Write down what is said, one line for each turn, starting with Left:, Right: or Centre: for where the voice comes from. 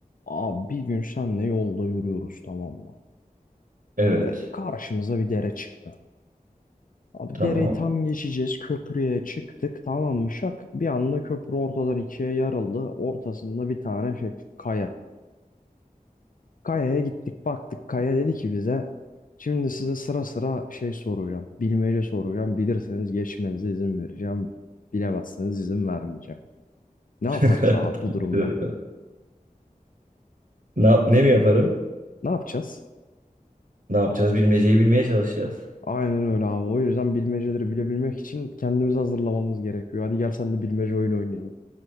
Left: Abi bir gün senle yolda yürüyoruz tamam mı?
Right: Evet.
Left: Böyle karşımıza bir dere çıktı. Abi
Right: Tamam.
Left: dereyi tam geçeceğiz. Köprüye çıktık tamam mı şak? Bir anda köprü ortadan ikiye yarıldı. Ortasında bir tane şey kaya. Kayaya gittik baktık. Kaya dedi ki bize şimdi size sıra sıra şey soracağım. Bilmece soracağım. Bilirseniz geçmenize izin vereceğim. Bilemezseniz izin vermeyeceğim. Ne
Right: <laughs>
Left: yaparız abi
Right: Tamam,
Left: bu durumda?
Right: hadi bakalım. Ne yap ne mi yaparım?
Left: Ne yapacağız?
Right: Ne yapacağız? Bilmeceyi bilmeye çalışacağız.
Left: Aynen öyle abi. O yüzden bilmeceleri bilebilmek için kendimizi hazırlamamız gerekiyor. Hadi gel sen de bilmece oyunu oynayalım.